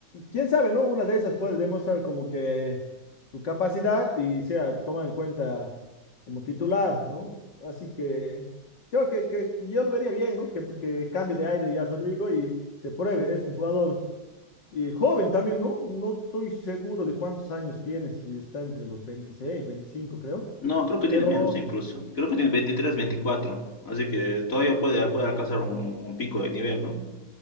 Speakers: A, on the left; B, on the left.
A: quién sabe, ¿no? Una de esas puede demostrar como que su capacidad y sea tomada en cuenta como titular, ¿no? Así que creo que, que yo lo vería bien, ¿no? Que, que cambie de aire ya Rodrigo y se pruebe, es un jugador eh, joven también, ¿no? No estoy seguro de cuántos años tiene, si está entre los 26, 25, creo.
B: No, creo que tiene
A: Pero
B: menos incluso. Creo que tiene 23, 24. Así que todavía puede, puede alcanzar un, un pico de nivel, ¿no?